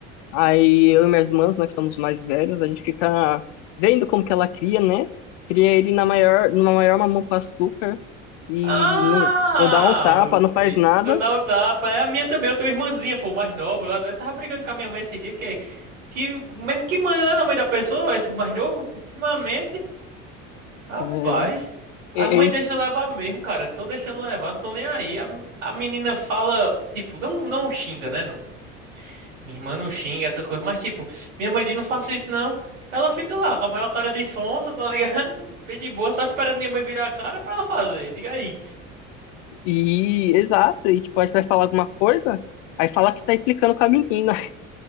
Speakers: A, on the left; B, on the right.
A: Aí eu e minhas irmãs, né, que somos mais velhos, a gente fica vendo como que ela cria, né? Cria ele na maior, numa maior mamão com açúcar e
B: Ah,
A: não, não dá um tapa,
B: meu
A: não
B: filho,
A: faz nada.
B: tu dá um tapa. É a minha também, eu tenho uma irmãzinha, pô, mais nova. Eu até tava brigando com a minha mãe esses dias, que, que mesmo que manda né, na mãe da pessoa, esse mais novo, ultimamente. Rapaz,
A: É,
B: as
A: é-
B: mães
A: é
B: deixam levar mesmo, cara. Tô deixando levar, não tô nem aí. A, me- a menina fala, tipo, não, não xinga, né? Não- Minha irmã não xinga essas coisas, mas tipo, minha mãe diz, não faça isso não. Ela fica lá com a maior cara de sonsa, tá ligado? <laughs> Bem de boa, só esperando minha mãe virar a cara pra ela fazer. Diga aí.
A: e, exato, e tipo, aí você vai falar alguma coisa, aí fala que tá implicando com a menina. <laughs>